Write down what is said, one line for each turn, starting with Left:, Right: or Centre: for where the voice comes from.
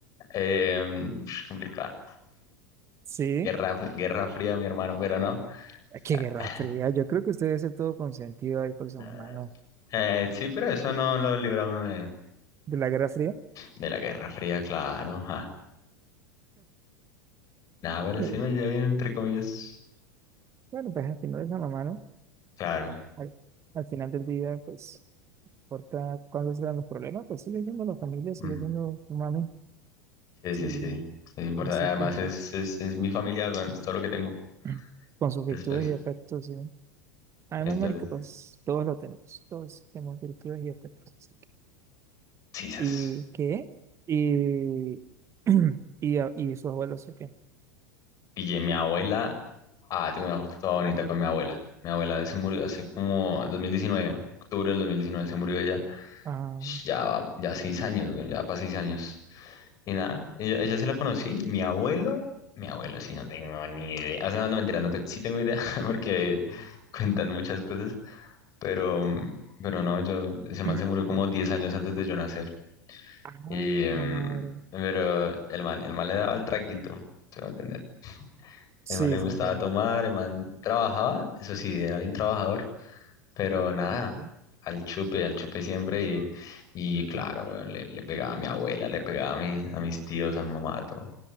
Left: Eh, complicada.
Right: Sí,
Left: Guerra, guerra fría, mi hermano, pero no.
Right: ah, qué guerra
Left: Ah,
Right: fría. Yo creo que usted debe ser todo consentido ahí por su
Left: ah.
Right: mamá, ¿no?
Left: Eh, sí, pero eso no lo libra uno de,
Right: De la guerra fría.
Left: De la Guerra Fría, claro. Ajá. Nah, pero
Right: Eh,
Left: sí me llevo bien, entre comillas.
Right: bueno, pues al final es la mamá, ¿no?
Left: Claro.
Right: Al, al final del día, pues, importa cuáles sean los problemas, pues sigue siendo la familia, sigue
Left: ujú.
Right: siendo su mami,
Left: Sí,
Right: sí,
Left: sí, sí. Es importante.
Right: así
Left: Además,
Right: con sus,
Left: es, es, es mi familia, weón, es todo lo que tengo.
Right: <clears throat> con sus
Left: Después,
Right: virtudes y defectos, ¿sí? Además,
Left: entonces,
Right: marica, pues todos lo tenemos, todos tenemos virtudes y defectos. así que-
Left: sí, sas.
Right: ¿Y qué? Y, <clears throat> y, a- y sus abuelos, ¿sí qué?
Left: Pillé mi abuela. Ah, tengo una foto toda bonita con mi abuela. Mi abuela se murió hace como dos mil diecinueve octubre del 2019 se murió ella.
Right: Ah,
Left: Ya, ya seis años, weón, ya para seis años. Y nada, ella, ella sí la conocí, mi abuelo, mi abuelo sí no tengo ni idea, o sea, no, no, mentira, no te- sí tengo idea <laughs> porque cuentan muchas cosas, pero, pero no, yo, ese man
Right: <clears throat>
Left: se murió como 10 años antes de yo nacer,
Right: ah,
Left: y, em,
Right: bueno,
Left: pero el man, el man le daba el traguito, se va a entender,
Right: Sí,
Left: el man le gustaba
Right: sí, entiendo.
Left: tomar, el man trabajaba, eso sí, era bien trabajador, pero nada,
Right: Ok,
Left: al chupe, al chupe siempre, y, y claro, weón, le, le pegaba a mi abuela, le pegaba a, mi- a mis tíos, a mi mamá, a todo